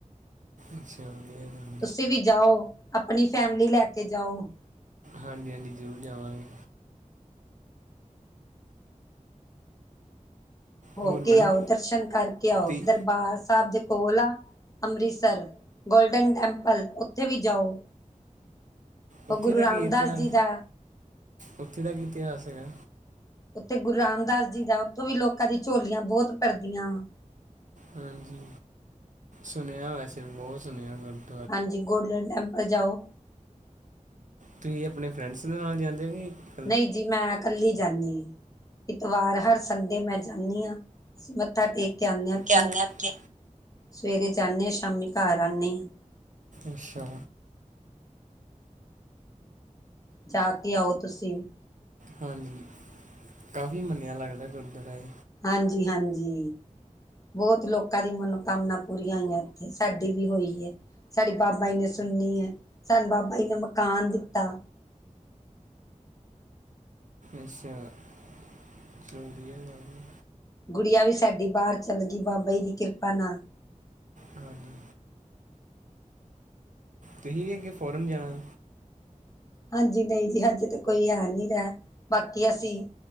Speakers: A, on the right (about 70°); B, on the left (about 25°).
A: ਅੱਛਾ ਵਧੀਆ ਜੀ।
B: ਤੁਸੀਂ ਵੀ ਜਾਓ, ਆਪਣੀ ਫੈਮਿਲੀ ਲੈ ਕੇ ਜਾਓ।
A: ਹਾਂਜੀ ਹਾਂਜੀ ਜ਼ਰੂਰ ਜਾਵਾਂਗੇ।
B: ਹੋ
A: ਹੋਰ
B: ਕੇ
A: ਮੈਡਮ
B: ਆਓ, ਦਰਸ਼ਨ ਕਰਕੇ ਆਓ।
A: ਤੀ
B: ਦਰਬਾਰ ਸਾਬ ਦੇ- ਕੋਲ ਆ। ਅੰਮ੍ਰਿਤਸਰ- ਗੋਲਡਨ ਟੈਂਪਲ ਓਥੇ ਵੀ ਜਾਓ। ਉਹ
A: ਓਥੇ
B: ਗੁਰੂ
A: ਦਾ
B: ਰਾਮਦਾਸ
A: ਕੀ ਇਤਿਹਾਸ,
B: ਜੀ ਦਾ
A: ਓਥੇ ਦਾ ਕੀ ਇਤਿਹਾਸ ਹੈਗਾ?
B: ਓਥੇ ਗੁਰੂ ਰਾਮਦਾਸ ਜੀ ਦਾ, ਓਥੋਂ ਵੀ ਲੋਕਾਂ ਦੀ ਝੋਲੀਆਂ ਬੋਤ ਭਰਦੀਆਂ ਵਾ।
A: ਹਾਂਜੀ -ਸੁਣਿਆ ਵੈਸੇ ਬੋਤ ਸੁਣਿਆ ਗੱਲ।
B: ਹਾਂਜੀ ਗੋਲਡਨ ਟੈਂਪਲ ਜਾਓ।
A: ਤੁਹੀਂ ਆਪਣੇ ਫਰੈਂਡਸ ਦੇ ਨਾਲ ਜਾਂਦੇ ਕੀ-
B: ਨਈ ਜੀ ਮੈਂ- ਕੱਲੀ ਜਾਂਨੀ ਆਂ। ਇਤਵਾਰ ਹਰ ਸੰਡੇ ਮੈਂ ਜਾਂਨੀ ਆਂ, ਅਸੀਂ ਮੱਥਾ ਟੇਕ- ਕੇ ਆਨੇ ਓਥੇ।
A: ਜਾਂਦੇ ਆ ਉੱਥੇ
B: ਸਵੇਰੇ ਜਾਂਨੇ ਆਂ, ਸ਼ਾਮੀ ਘਰ ਆਨੀ ਆਂ।
A: ਅੱਛਾ।
B: ਜਾ ਕੇ ਆਓ ਤੁਸੀਂ ਵੀ।
A: ਹਾਂਜੀ- ਕਾਫ਼ੀ ਮੰਨਿਆ ਲੱਗਦਾ ਗੁਰਦਰਾ ਏ।
B: ਹਾਂਜੀ ਹਾਂਜੀ। ਬੋਤ ਲੋਕਾਂ ਦੀ ਮਨੋਕਾਮਨਾ ਪੂਰੀਆਂ ਹੋਈਆਂ ਏਥੇ, ਸਾਡੀ ਵੀ ਹੋਈ ਏ। ਸਾਡੀ ਬਾਬਾ ਜੀ ਨੇ ਸੁਣੀ ਐ, ਸਾਨੂੰ ਬਾਬਾ ਜੀ ਨੇ ਮਕਾਨ ਦਿੱਤਾ।
A: ਅੱਛਾ - ਏ ਵਧੀਆ ਗੱਲ ਏ।
B: ਗੁੜੀਆ ਵੀ ਸਾਡੀ ਬਾਰ ਚੱਲ ਗੀ ਬਾਬਾ ਜੀ ਦੀ ਕਿਰਪਾ ਨਾਲ।
A: ਹਾਂਜੀ। ਤੁਸੀਂ ਵੀ ਅੱਗੇ ਫੋਰਨ ਜਾਣਾ?
B: ਹਾਂਜੀ ਨਈ ਜੀ ਅਜੇ ਤਾਂ ਕੋਈ ਹੈ ਨੀ ਰੈਅ ਬਾਕੀ ਅਸੀਂ।